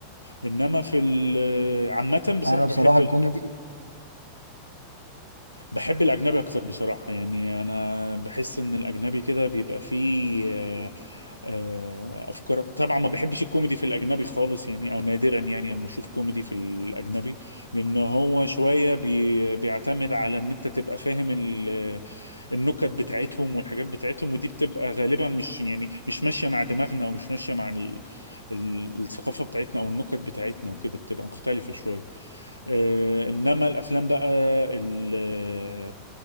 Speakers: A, on the left; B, on the right.
A: انما في ال- عامه بصراحه
B: انا بصراحه
A: بحب
B: الكوميدي
A: بحب الأجنبي أكتر بصراحة يعني أنا بحس إن الأجنبي كده بيبقى فيه آه، آه، أفكار أك- طبعا ما بحبش الكوميدي في الأجنبي خالص يعني أو نادرا يعني أما أشوف كوميدي في الأجنبي لأن هو شوية بي... بيعتمد على إن أنت تبقى فاهم ال... النكت بتاعتهم والحاجات بتاعتهم ودي بتبقى غالبا مش يعني مش ماشية مع دماغنا أو مش ماشية مع ال... ال- الثقافة بتاعتنا أو النكت بتاعتنا وكده بتبقى مختلفة شوية آه، انما الافلام بقى ال-